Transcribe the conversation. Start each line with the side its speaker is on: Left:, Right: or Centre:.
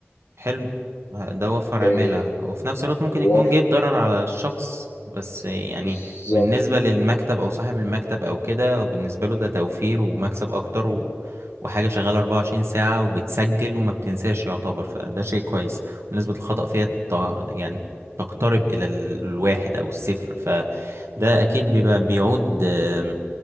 Right: حلو ده وفر عمالة
Left: آه
Right: وفي نفس الوقت ممكن
Left: واف
Right: يكون جايب ضرر على الشخص بس يعني
Left: بالظبط
Right: بالنسبة للمكتب أو صاحب المكتب أو كده بالنسبة له ده توفير ومكسب أكتر و... وحاجة شغالة 24 ساعة وبتسجل وما بتنساش يعتبر فده شيء كويس ونسبة الخطأ فيها ت... يعني تقترب إلى ال- الواحد أو الصفر فده أكيد بيبقى بيعود آم،